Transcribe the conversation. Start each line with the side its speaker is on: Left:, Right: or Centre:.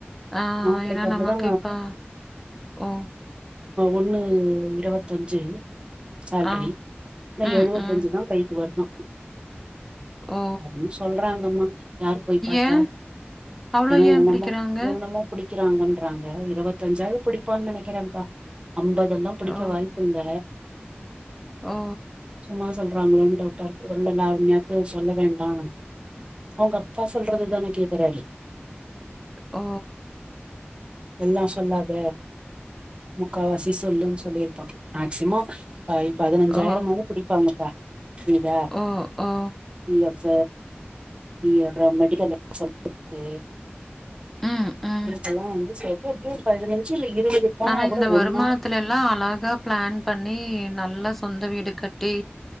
Centre: ஆ
Right: மாப்பிள்ளைக்கு
Centre: ஏன்னா
Right: அப்டிதா
Centre: நமக்கு இப்ப ஓ
Right: ஒன்னு இருவத்தஞ்சு சால்ரி
Centre: ஆ.
Right: ஆனா
Centre: ம்,
Right: எழுவத்தஞ்சுதா
Centre: ம்.
Right: கைக்கு வருதா
Centre: ஓ!
Right: அப்டின் சொல்றாங்கம்மா யார் போய் பாத்தா
Centre: ஏன்? அவ்ளோ
Right: என்னென்னமோ
Centre: ஏன் பிடிக்கிறாங்க?
Right: என்னமோ புடிக்கிறாங்கன்றாங்க இருபத்தஞ்சாவது புடிப்பான் நினைக்கிறேன்ப்பா அம்பதெல்லா புடிக்க
Centre: ஓ!
Right: வாய்ப்பில்ல
Centre: ஓ
Right: சும்மா சொல்றாங்களோன் டவுட்டாருக்கு எல்லா நாருமையாக்கு சொல்ல வேண்டா அவங்க அப்பா சொல்றதுதான கேக்குறாரு
Centre: ஓ
Right: எல்லா சொல்லாத முக்கால்வாசி சொல்லுன் சொல்லிருப்பாங்க மேக்சிமம் வந் பதினஞ்சாயிரம்மாது
Centre: ஓ!
Right: புடிப்பாங்கப்பா புரியுதா
Centre: ஓ! ஓ!
Right: P F P L medical allowance இருக்கு
Centre: ம், ம்.
Right: இதுக்கெல்லா வந்து செக்கப்க்கு பதினஞ்சு இல்ல இருபது போனா
Centre: ஆனா
Right: கூட
Centre: இந்த வருமானத்துல
Right: ஒன்னா
Centre: எல்லா அழகாப் ப்ளான் பண்ணி நல்லா சொந்த வீடு கட்டி